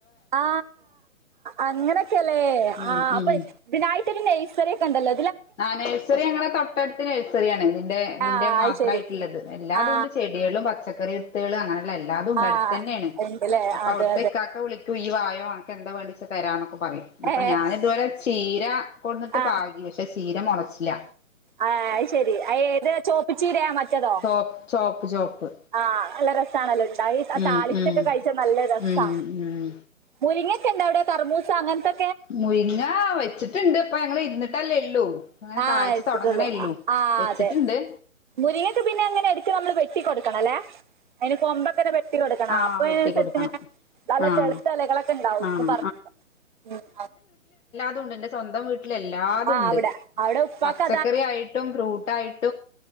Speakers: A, on the right; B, on the left.
A: ആ അങ്ങനെ ക്കല്ലേ
B: ഉം
A: ആ അപ്പൊ
B: ഉം
A: ഇതിനായിട്ട് ഒരു നയ്സറിയോക്കെണ്ടല്ല
B: ആ നഴ്സറി ഞങ്ങളുടെ തൊട്ടടുത്ത് ആ നേഴ്സറി ഞങ്ങളെ തൊട്ടടുത്ത് നഴ്സറി ആണ് ഇതിന്റെ ഇതിന്റെ
A: ആ അത്
B: മാത്രായിട്ട്ള്ളത്
A: ശരി
B: എല്ലാതുണ്ട്
A: ആ
B: ചെ ചെടികളും പച്ചക്കറികളും ഇതേൾ അങ്ങനെള്ള എല്ലാതും ഉണ്ട്
A: ആ
B: അടുത്തന്നേണ്
A: ഉണ്ടല്ലേ
B: അപ്പൊ
A: അതെ
B: അവിട്ത്തെ
A: അതെ
B: ഇക്കാക്ക വിളിക്കും ഇയ്യ് വായോ <unintelligible> അൻക്കെന്താ വേണ്ടിച്ച തരാന്നൊക്കെ പറയും അപ്പൊ
A: ഏ
B: ഞാൻ ഇതുവരെ ചീര കൊട്ന്നിട്ട്
A: ആ
B: പാകി പ ചീര മൊളച്ചില്ല
A: ആ അയ് ശെരി അയ് ഏത് ചോപ്പ് ചീരയാ മറ്റതോ
B: ചോപ്പ് ചോപ്പ് ചോപ്പ്
A: ആ നല്ല രസാണല്ലോ ണ്ടായി ആ
B: ഉം
A: താളിച്ചൊക്ക
B: ഉം
A: കഴിച്ച നല്ല രസാ
B: ഉം ഉം
A: മുരിങ്ങക്കണ്ടാ അവിടെ കറ്മൂസ അങ്ങനത്തെ
B: മുരിങ്ങാ വെച്ചിട്ടുണ്ട് ഇപ്പ ഞങ്ങള് ഇരുന്നിട്ടല്ലേ ഉള്ളൂ- അങ്ങനെ
A: ആഹ്
B: കായ്ച്ച്
A: അരിച്ചിട്ടുള്ളൂ
B: തുടങ്ങണേ ഉള്ളൂ
A: ആഹ്
B: വെച്ചിട്ടുണ്ട്
A: അതെ മുരിങ്ങക്ക് പിന്നെ അങ്ങനെ എടുക്ക് നമ്മള് വെട്ടികൊട്ക് ക്കണം അല്ലെ അതിന് കൊമ്പൊക്കനെ വെട്ടി കൊടുക്കണ
B: ആഹ്
A: അപ്പൊ
B: വെട്ടി
A: അതിനനുസരിച്ച്
B: കൊടുക്കണം
A: ഇങ്ങനെ- നല്ല
B: ആഹ്
A: ചെല്ത്ത എലകളൊക്കെ ഇണ്ടാവുംന്ന്
B: ആഹ്
A: പറഞ്ഞ ഉം-
B: ണ്ട് എന്റെ സ്വന്തം വീട്ടിൽ എല്ലാതും
A: ആ
B: ഉണ്ട്
A: അവിടെ അവിടെ ഉപ്പാക്ക്
B: പച്ചക്കറി ആയിട്ടും ഫ്രൂട്ടായി-